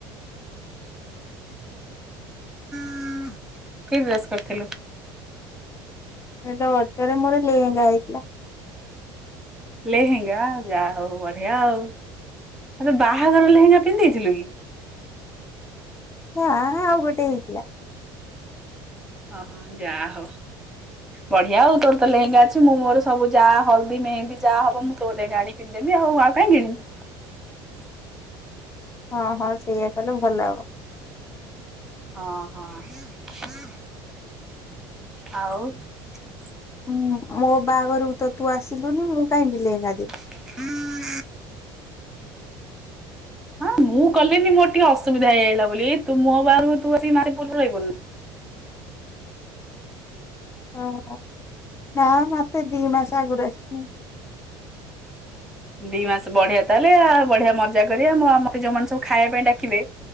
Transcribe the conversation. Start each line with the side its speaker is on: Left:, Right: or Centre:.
Centre: <inaudible> କି ଡ୍ରେସ୍ କରିଥିଲୁ?
Left: ରଜରେ ମୋର ଲେହେଙ୍ଗା ହେଇଥିଲା।
Centre: ଲେହେଙ୍ଗା ଯାହା ହୋଉ ବଢିଆ ଆଉ ଆ ତୁ ବାହାଘର ଲେହେଙ୍ଗା ପିନ୍ଧି ଦେଇଥିଲୁ କି?
Left: ନାଁ ଆଉ ଗୋଟେ ହେଇଥିଲା।
Centre: ଓହୋ ଯା ହୋ। ବଢିଆ ଆଉ ତୋର ତ ଲେହେଙ୍ଗା ଅଛି ମୁଁ ମୋର ସବୁ ଯା ହଳଦୀ ମେହେନ୍ଦୀ ଯା ହବ ମୁଁ ତୋ ଲେହେଙ୍ଗା ଆଣି ପିନ୍ଧି ଦେବି ଉ ଆଉ କାଇଁ କିଣିବି
Left: ହଁ ହଁ ସେଇଆ କଲେ ଭଲ ହବ।
Centre: ହଁ ହଁ <inaudible> ଆଉ।
Left: ଉଁ ମୋ ବାହାଘରକୁ ତ ତୁ ଆସିଲୁନି ମୁଁ କାହିଙ୍କି ଲେହେଙ୍ଗା ଦେବି
Centre: <inaudible> ହଁ? ମୁଁ ଗଲିିନି ମୋର ଟିକେ ଅସୁବିଧା ହେଇଯାଇଥିଲା ବୋଲି ତୁ ମୋ ବାହାଘରୁ ତୁ ଆ <unintelligible> ରହିବୁନୁ ନା
Left: ହଁ ନା ମତେ ଦିଇ ମାସ ଆଗରୁ ଆସିମି
Centre: ଦିଇ ମାସ ବଢିଆ ତାହେଲେ ଆଉ ବଢିଆ ମଜା କରିବା ମତେ ଯୋଉମାନେ ସବୁ ଖାଇବା ପାଇଁ ଡାକିବେ